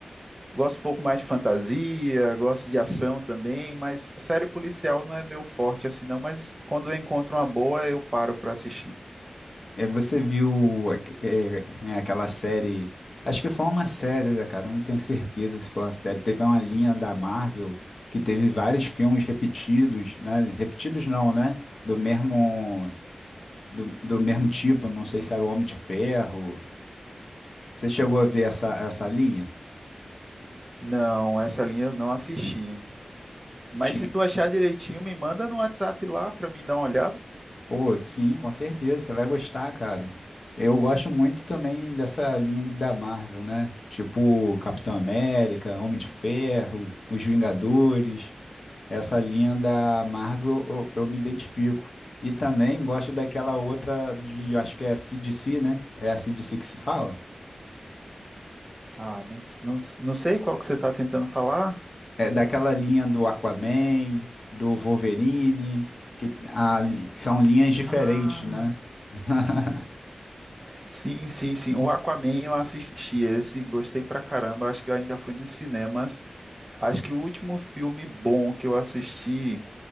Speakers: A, on the right (about 25°); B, on the left (about 60°).
A: Gosto um pouco mais de fantasia, gosto de ação também, mas série policial não é meu forte assim, não. Mas quando eu encontro uma boa, eu paro para assistir.
B: É, você viu aque- é, é, aquela série? Acho que foi uma série, né, cara? Eu Não tenho certeza se foi uma série. Teve uma linha da Marvel que teve vários filmes repetidos, né? Repetidos não, né? Do mesmo, do, do mesmo tipo. Não sei se era o Homem de Ferro. Você chegou a ver essa, essa linha?
A: Não, essa linha eu não assisti. Mas
B: Tinha-
A: se tu achar direitinho, me manda no WhatsApp lá para mim dar uma olhada.
B: Pô, sim, com certeza. Você vai gostar, cara. Eu gosto muito também dessa linha da Marvel, né? Tipo Capitão América, Homem de Ferro, Os Vingadores. Essa linha da Marvel eu, eu me identifico. E também gosto daquela outra de, eu acho que é a CDC, né? É a CDC que se fala?
A: Ah, não, s- não, s- não sei qual que você está tentando falar.
B: É daquela linha do Aquaman, do Wolverine, que a li- são linhas diferentes,
A: Ah,
B: né? <laughs>
A: Sim, sim, sim. O Aquaman eu assisti esse, gostei pra caramba. Acho que eu ainda fui nos cinemas. Acho que o último filme bom que eu assisti